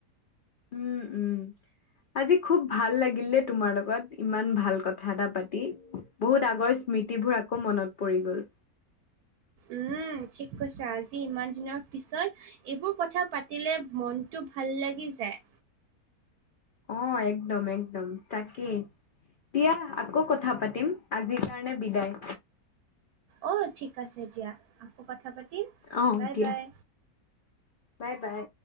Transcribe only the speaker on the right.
উম, ঠিক কৈছা আজি ইমান দিনৰ পিছত এইবোৰ কথা পাতিলে মনটো ভাল লাগি যায়।
অঁ, ঠিক আছে দিয়া। আকৌ কথা পাতিম।
বাই
Bye.